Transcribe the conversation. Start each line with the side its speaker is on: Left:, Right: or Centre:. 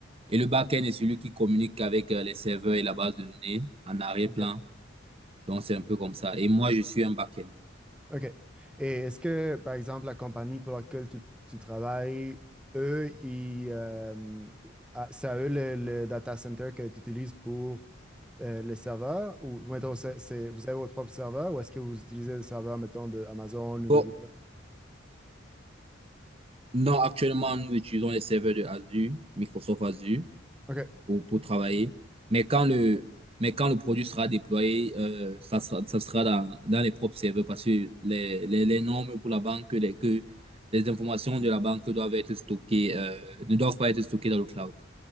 Right: Et le back-end est celui qui communique avec euh, les serveurs et la base de données en arrière-plan.
Centre: Ok.
Right: Donc, c'est un peu comme ça. Et moi, je suis un back-end.
Centre: Ok. Et est-ce que, par exemple, la compagnie pour laquelle tu, tu travailles, eux, ils, euh, ah, c'est à eux le, le data center que tu utilises pour euh, le serveur? Ou, mettons, c'est, c'est- vous avez votre propre serveur ou est-ce que vous utilisez le serveur, mettons, de Amazon ou
Right: Bon,
Centre: de Google?
Right: non, actuellement, nous utilisons les serveurs de Azure, Microsoft Azure.
Centre: Ok.
Right: pour, pour travailler. Mais quand le, mais quand le produit sera déployé, euh, ça sera, ça sera dans, dans les propres serveurs parce que les, les, les normes pour la banque, les, que les informations de la banque doivent être stockées, euh, ne doivent pas être stockées dans le cloud.